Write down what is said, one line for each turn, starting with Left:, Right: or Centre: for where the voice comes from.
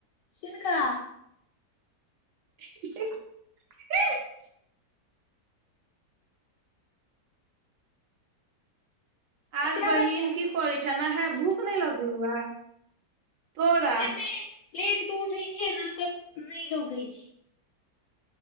Left: किनका
Right: <inaudible> आओर
Left: केकरा
Right: बहिन
Left: बच्चा
Right: की
Left: छै
Right: करै छ नहे भूख नइ लगलौ अय तोरा
Left: एते लेट के उठे छियै न तब नइ लगैए छै